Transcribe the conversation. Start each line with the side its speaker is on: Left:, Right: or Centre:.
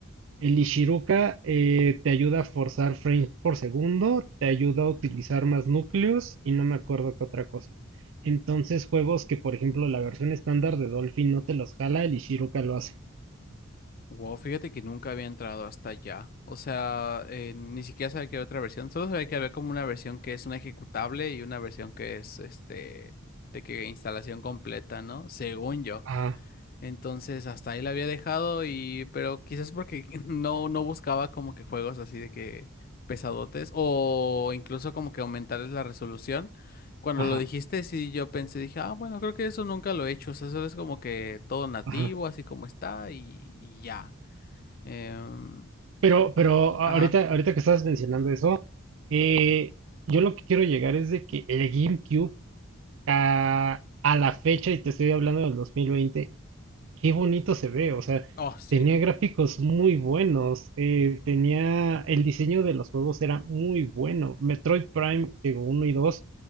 Right: el
Left: Ujú.
Right: Ishiruka eh, te ayuda a forzar frames por segundo, te ayuda a utilizar más núcleos y no me acuerdo qué otra cosa. Entonces, juegos que, por ejemplo, la versión estándar de Dolphin no te los jala, el Ishiruka lo hace.
Left: Wow, fíjate que nunca había entrado hasta allá. O sea, eh, ni siquiera sabía que había otra versión. Solo sabía que había como una versión que es una ejecutable y una versión que es este de que instalación completa, ¿no? Según yo.
Right: Ajá,
Left: Entonces hasta ahí la había dejado y pero quizás porque <laughs> no no buscaba como que juegos así de que pesadotes o incluso como que aumentarles la resolución. Cuando
Right: ajá,
Left: lo dijiste, sí yo pensé, dije, ah, bueno, creo que eso nunca lo he hecho, o sea, eso es como que todo nativo,
Right: ajá.
Left: así como está y, y ya. Em,
Right: Pero,
Left: y-
Right: pero ahorita,
Left: ajá.
Right: ahorita que estabas mencionando eso, eh, yo lo que quiero llegar es de que el GameCube a, a la fecha, y te estoy hablando del 2020, qué bonito se ve, o sea,
Left: Oh, sí.
Right: tenía gráficos muy buenos, eh, tenía, el diseño de los juegos era muy bueno. Metroid Prime, digo, uno y 2,